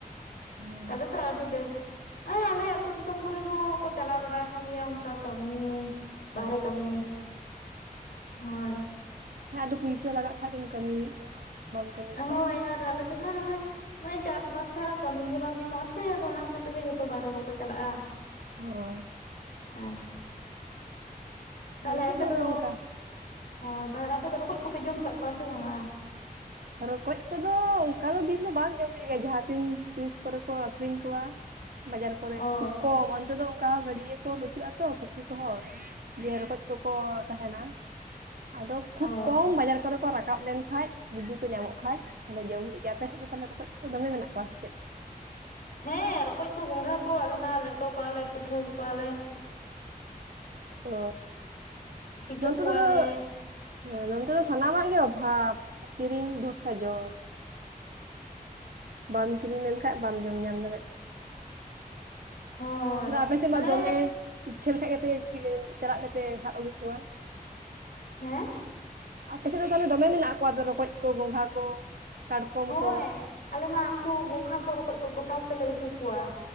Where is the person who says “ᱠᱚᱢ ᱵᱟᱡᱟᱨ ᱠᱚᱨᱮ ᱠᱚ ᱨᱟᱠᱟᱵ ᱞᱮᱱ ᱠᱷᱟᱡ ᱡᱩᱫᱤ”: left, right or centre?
Right